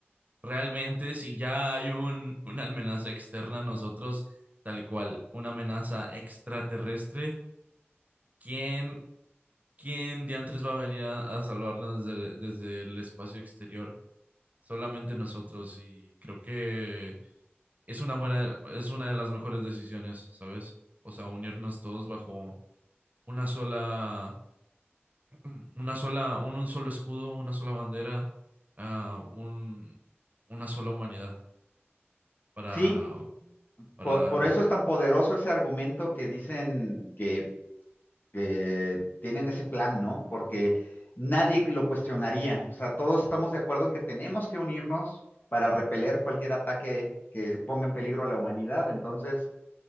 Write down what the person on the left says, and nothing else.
Sí,
Por, por eso es tan poderoso ese argumento que dicen que, que tienen ese plan, ¿no? Porque nadie lo cuestionaría. O sea, todos estamos de acuerdo en que tenemos que unirnos para repeler cualquier ataque que ponga en peligro a la humanidad. Entonces,